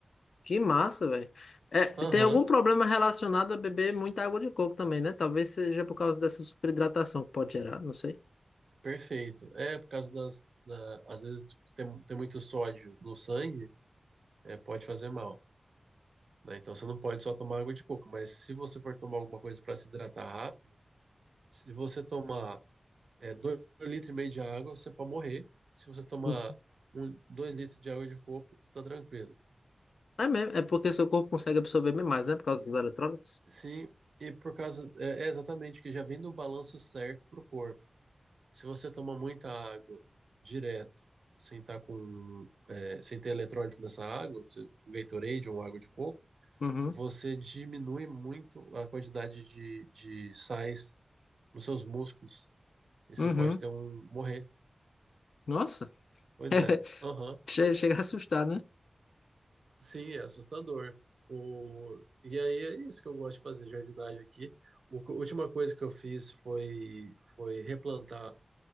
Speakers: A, on the left; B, on the right.
A: Que massa, velho. É,
B: Aham.
A: tem algum problema relacionado a beber muita água de coco também, né? Talvez seja por causa dessa superidratação que pode gerar, não sei.
B: Perfeito. É, por causa das. da- às vezes tem, tem muito sódio no sangue, é, pode fazer mal. né? Então você não pode só tomar água de coco, mas se você for tomar alguma coisa para se hidratar rápido, se você tomar é, dois litros e meio de água, você pode morrer. Se você tomar
A: Uhum.
B: um, dois litros de água de coco, você está tranquilo.
A: É mesmo, é porque seu corpo consegue absorver bem mais, né? Por causa dos eletrólitos.
B: Sim, e por causa. É, é exatamente que já vem no balanço certo para o corpo. Se você toma muita água direto, sem tá com, é, sem ter eletrólito nessa água, você- o Gatorade ou água de coco,
A: Uhum.
B: você diminui muito a quantidade de, de sais nos seus músculos e você
A: Uhum.
B: pode ter um morrer.
A: Nossa.
B: Pois
A: <laughs>
B: é, aham,
A: Che- Chega a assustar, né?
B: Sim, é assustador. O, e aí é isso que eu gosto de fazer, jardinagem aqui. O, a última coisa que eu fiz foi, foi replantar